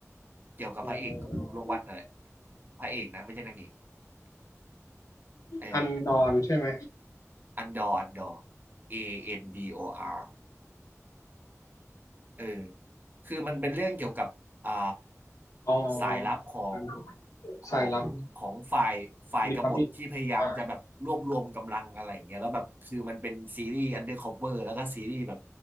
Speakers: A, on the right; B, on the left.
A: เกี่ยวกับพระเอกของโลกวันนั่นแหละ
B: เอ่อ
A: พระเอกนะไม่ใช่นางเอกเออ
B: อันดอนใช่ไหม
A: อันดอร์อันดอร์ A N D O R เออคือมันเป็นเรื่องเกี่ยวกับอ่า
B: อ๋อ
A: สายลับของ
B: อันดอน
A: ของของฝ่ายฝ่ายกบฏที่พยายามจะแบบรวบรวมกำลังอะไรอย่างเงี้ยแล้วแบบคือมันเป็นซีรีส์อันเดอร์คอเอร์แล้วก็ซีรีส์แบบ
B: สายลับรีพับลิกอ่า